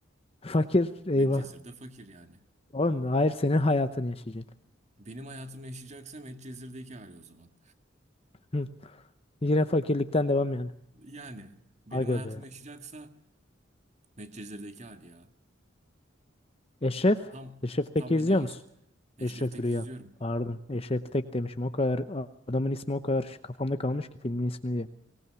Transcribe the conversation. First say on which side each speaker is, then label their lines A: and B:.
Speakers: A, on the left; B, on the right.
A: <laughs> Fakir eyvah.
B: Medcezir de fakir yani.
A: Oğlum hayır senin hayatını yaşayacak.
B: Benim hayatımı yaşayacaksa Medcezir'deki hali o zaman.
A: Hı. Yine fakirlikten devam yani.
B: Yani benim
A: Aga
B: hayatımı
A: be.
B: yaşayacaksa Medcezir'deki hali ya.
A: Eşref.
B: Tam
A: Eşref
B: tam
A: Tek'i izliyor
B: beni yansıtıyor.
A: musun?
B: Eşref
A: Eşref
B: Tek
A: Rüya.
B: izliyorum.
A: Pardon. Eşref Tek demişim. O kadar adamın ismi o kadar kafamda kalmış ki filmin ismi diye.